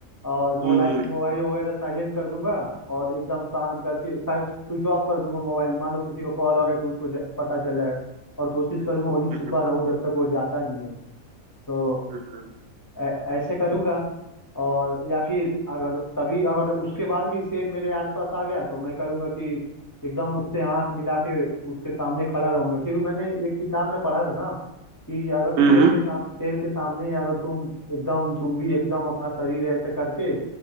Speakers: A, on the left (about 20°); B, on the right (about 60°).
A: और मोबाइल
B: हम्म
A: मोबाइल वगैरह साइलेंट कर दूंगा और एकदम शांत करके स्विच ऑफ कर दूंगा मोबाइल मान लो किसी का कॉल आ गया तो उसको ज- पता चल जाएगा और कोशिश करूंगा वहीं
B: हम्म
A: छुपा रहूं जब तक वो जाता नहीं है तो
B: हम्म
A: ऐ- ऐसे करूंगा और या फिर अगर तभी अगर उसके बाद भी शेर मेरे आसपास आ गया तो मैं करूंगा कि एकदम उससे आंख मिला के उसके सामने खड़ा रहूंगा क्योंकि मैंने एक किताब में पढ़ा था ना कि अगर शेर
B: हम्म, हम्म।
A: के सा, शेर के सामने अगर तुम एकदम तुम भी एकदम अपना शरीर ऐसे करके